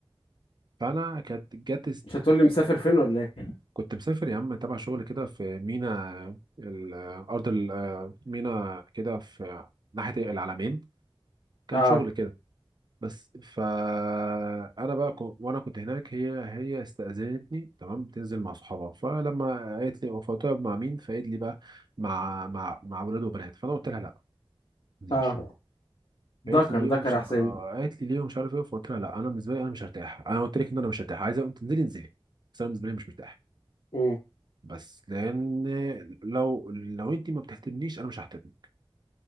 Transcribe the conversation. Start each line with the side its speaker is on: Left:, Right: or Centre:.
Right: فأنا كانت جت
Left: مش هتقول لي مسافر فين ولا ايه
Right: كنت مسافر يا عم تبع شغل كده في مينا الأرض ال- مينا كده في ناحية العلمين كان
Left: اه
Right: شغل كده بس فأنا بقى كو- وأنا كنت هناك هي هي استأذنتني تمام تنزل مع صحابها فلما قالت لي فطلب مع مين فقالت لي بقى مع مع مع ولاد وبنات فأنا قلت لها لا ما تنزليش
Left: اه
Right: فقالت
Left: ذكر
Right: لي ليه
Left: ذكر
Right: ومش
Left: يا
Right: آه،
Left: حسين
Right: قالت لي ليه ومش عارف ايه فقلت لها لا انا بالنسبه لي انا مش هرتاح انا قلت لك ان انا مش هرتاح عايزه تنزلي انزلي بس انا بالنسبه لي مش مرتاح
Left: م.
Right: بس لان لو لو انت ما بتهتمنيش انا مش ههتم